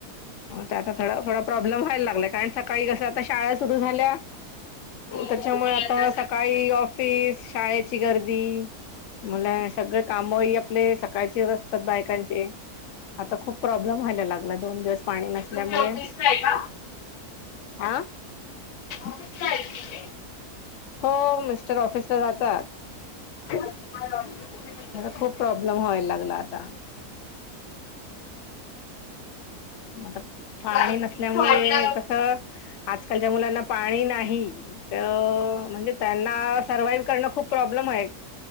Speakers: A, on the left (about 60°); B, on the left (about 75°).
A: ता थोड थोडा प्रॉब्लेम व्हायला लागलाय कारण सकाळी कस आता शाळा सुरू झाल्या
B: हो, हो.
A: त्याच्यामुळे
B: मुलांना
A: आता सकाळी ऑफिस शाळेची गर्दी मुला सगळे कामही आपले सकाळचे असतात बायकांचे आता खूप प्रॉब्लेम व्हायला लागला दोन दिवस पाणी नस
B: तुम्ही
A: त्यामुळे
B: ऑफिसला आहे का?
A: आ
B: ऑफिसला आहेत तुम्ही?
A: हो मिस्टर ऑफिसला जातात
B: अच्छा, मला वाटलं तुम्ही नाही करणार.
A: खूप प्रॉब्लेम व्हायला लागला आता आता पाणी
B: चालेल.
A: नसल्यामुळे
B: असं वाटलं
A: कसं आजकालच्या मुलांना पाणी नाही तर म्हणजे त्यांना सर्वा्हाइव्ह करणं खूप प्रॉब्लेम एक